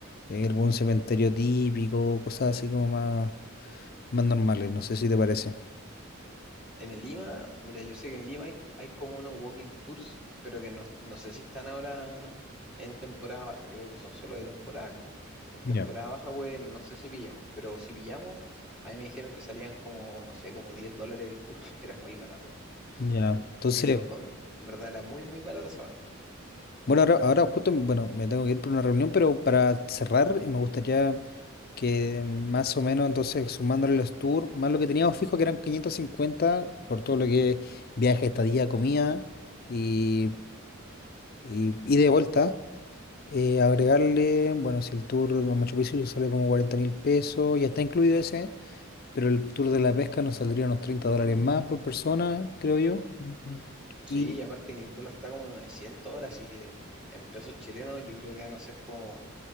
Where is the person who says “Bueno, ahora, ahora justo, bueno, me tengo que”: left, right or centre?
Left